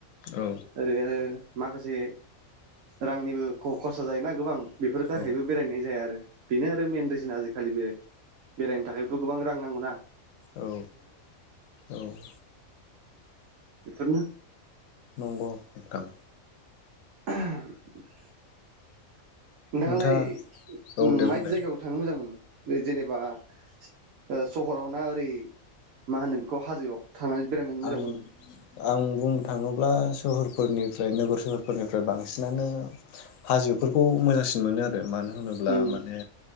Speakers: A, on the left (about 75°); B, on the right (about 70°).
A: औ
B: ओरै ‌आरो। माखोसे रांनिबो ख खसा जायोना गोबां। बेफोर थाखायबो
A: औ
B: बेरायनाय जाया आरो बेनो आरो मेन रिजोन जि खालि बे बेरायनो थाखायबोथ' गोबां रां नांगौ ना।
A: औ औ।
B: बेफोरनो।
A: नंगौ नोंथां।
B: <inaudible> नोंथाङालाय
A: नोंथाङा
B: उम
A: औ दे
B: मायदि
A: बुंलाय
B: जायगायाव थांनो मोजां मोनो। बै जेनेबा सो ओ सहराव ना ओरै माहोनो बेखौ हाजोआव। थांनानै बेरायनानै मोजां
A: आं
B: मोनो
A: आं बुंनो थाङोब्लास सोहोरफोरनिफ्राय नोगोर सोहोरफोरनिफ्राय बांसिनानो हाजोफोरखौ मोजांसिन मोनो आरो मानो होनोब्ला
B: उम
A: माने।